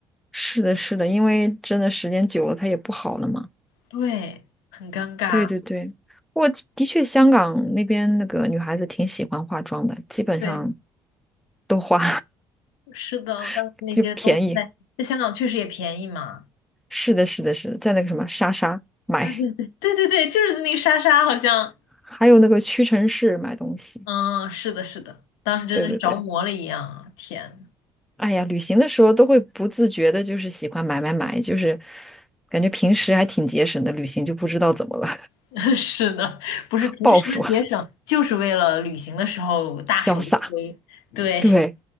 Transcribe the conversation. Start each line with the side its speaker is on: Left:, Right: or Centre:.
Centre: 是的，是的，因为真的时间久了它也不好了嘛。
Left: 对，很尴尬。
Centre: 对对对，我的确香港那边那个女孩子挺喜欢化妆的，基本上
Left: 对。
Centre: 都化，
Left: 是的，当时那些东西在在香港确实也便宜嘛。
Centre: <laughs> 就便宜。是的，是的，是的，在那个什么莎莎买，
Left: 对对对对对对，就是那个莎莎好像，
Centre: 还有那个屈臣氏买东西。
Left: 嗯，是的，是的，当时真的是着魔了一样啊天，
Centre: 对对对，哎呀，旅行的时候都会不自觉的，就是喜欢买买买，就是感觉平时还挺节省的，旅行就不知道怎么了，
Left: <laughs> 是的，不是平时的节省，
Centre: <laughs> 报复，
Left: 就是为了旅行的时候大手一挥。
Centre: <laughs> 潇洒。
Left: 对，
Centre: 对，